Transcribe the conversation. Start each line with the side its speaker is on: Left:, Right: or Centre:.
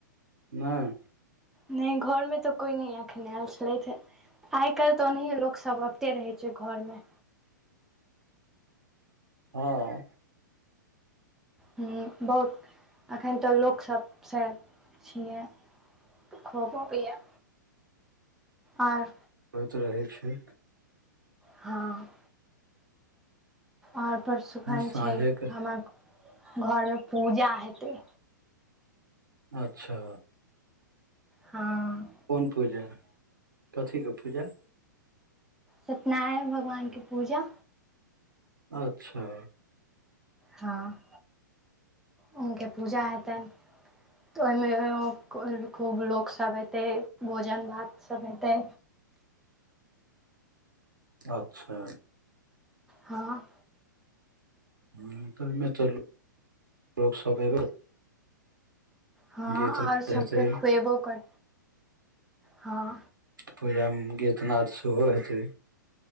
Right: नहि
Centre: नहि घरमे तऽ कोइ नहि एखन आयल छलथि है आइ काल्हि तऽ ओनाहिये लोकसभ अबिते रहै छै घरमे
Right: हँ
Centre: हुम् बहुत एखन तऽ लोकसभसँ छियै खब बैया आर
Right: होइत रहै छै
Centre: हँ आर प्रसुखन
Right: साँझेके
Centre: छै हमर घरमे पूजा हेतै
Right: अच्छा
Centre: हँ
Right: कोन पूजा कथीके पूजा
Centre: सत्यनारायण भगवानके पूजा
Right: अच्छा
Centre: हँ हुनके पूजा हेतनि तऽ ओहिमे खूब लोक सब अतै भोजन भात सब हेतै
Right: अच्छा
Centre: हँ
Right: हुनकर मे त लोक सब एबे
Centre: हँ
Right: गि तु
Centre: आओर सभके
Right: ते तैया
Centre: खुएबो कर हँ
Right: पूजामे गीतनाद सेहो हेतै